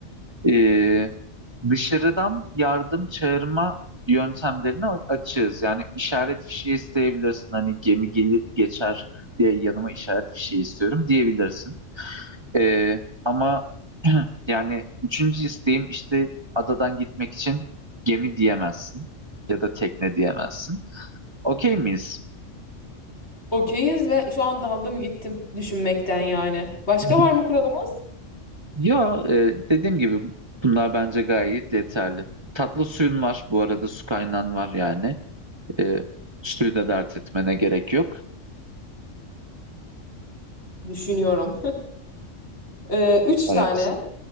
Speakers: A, on the right; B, on the left.
A: Ee, dışarıdan yardım çağırma yöntemlerini açığız. Yani işaret fişeği isteyebilirsin. Hani gemi gelip geçer diye yanıma işaret fişeği istiyorum diyebilirsin. Ee, ama <clears throat> yani üçüncü isteğim işte adadan gitmek için gemi diyemezsin ya da tekne diyemezsin. Okey miyiz?
B: Okeyiz ve şu an daldım gittim düşünmekten yani. Başka
A: <laughs>
B: var mı kuralımız?
A: Ya e, dediğim gibi bunlar bence gayet yeterli. Tatlı suyun var bu arada su kaynağın var yani. E, suyu da dert etmene gerek yok.
B: Düşünüyorum. <laughs> Ee, üç
A: Evet.
B: tane.